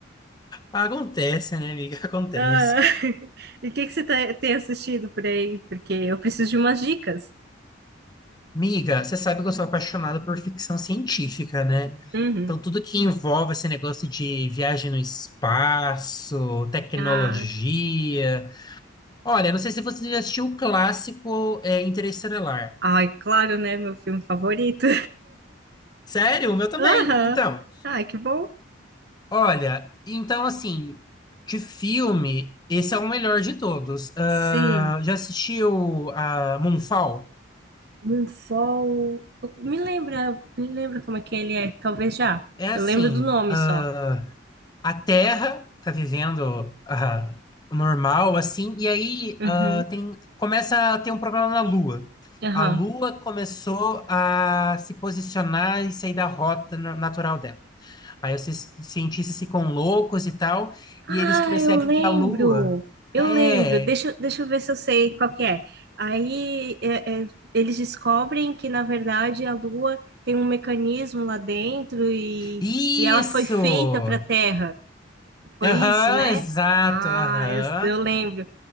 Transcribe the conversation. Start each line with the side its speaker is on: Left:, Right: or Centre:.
Left: Acontece, né, amiga? Acontece.
Right: Ah, <laughs> e o que que você tá- tem assistido por aí? Porque eu preciso de umas dicas.
Left: Miga, você sabe que eu sou apaixonado por ficção científica, né?
Right: Uhum.
Left: Então, tudo que envolve esse negócio de viagem no espaço, tecnologia.
Right: Ah,
Left: Olha, não sei se você já assistiu o clássico é, Interestelar.
Right: ai, claro, né? Meu filme favorito.
Left: Sério?
Right: <laughs>
Left: O meu também.
Right: Aham.
Left: Então,
Right: Ai, que bom.
Left: olha, então assim, de filme, esse é o melhor de todos. Ah,
Right: Sim,
Left: já assistiu a Moonfall?
Right: Moonfall. Me lembra, me lembra como é que ele é? Talvez já.
Left: É assim,
Right: Eu lembro do nome
Left: ah,
Right: só.
Left: a Terra tá vivendo ah, o normal, assim, e aí
Right: Uhum.
Left: ah, tem, começa a ter um problema na Lua.
Right: Aham.
Left: A Lua começou a se posicionar e sair da rota na- natural dela. Aí os ci- cientistas ficam loucos e tal,
Right: Ah,
Left: e eles percebem
Right: eu lembro.
Left: que a Lua
Right: Eu
Left: é
Right: lembro. Deixa, eu- deixa eu ver se eu sei qual que é. Aí é- é, eles descobrem que, na verdade, a Lua tem um mecanismo lá dentro e,
Left: isso!
Right: e ela foi feita para a Terra. Foi
Left: Aham,
Right: isso, né?
Left: exato,
Right: Ah,
Left: aham.
Right: eu, eu lembro.